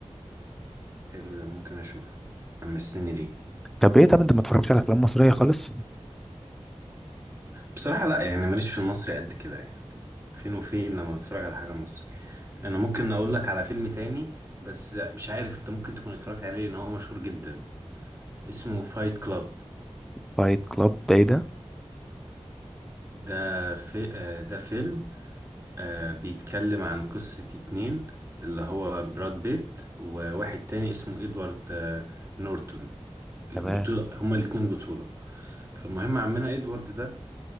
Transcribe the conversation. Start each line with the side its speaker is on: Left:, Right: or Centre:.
Right: حلو ده ممكن اشوفه حمستني ليه
Centre: طب ايه طب انت ما اتفرجتش على افلام مصريه خالص
Right: بصراحة لا يعني ماليش في المصري قد كده يعني فين وفين لما بتفرج على حاجة مصري انا ممكن اقول لك على فيلم تاني بس مش عارف انت ممكن تكون اتفرجت عليه لان هو مشهور جدا اسمه فايت كلاب
Centre: فايت كلاب ده ايه ده
Right: ده في آه، ده فيلم آه، بيتكلم عن قصة اتنين اللي هو براد بيت وواحد تاني اسمه ادوارد آه، نورتون البطولة
Centre: تمام
Right: هما الاتنين بطولة فالمهم عمنا ادوارد ده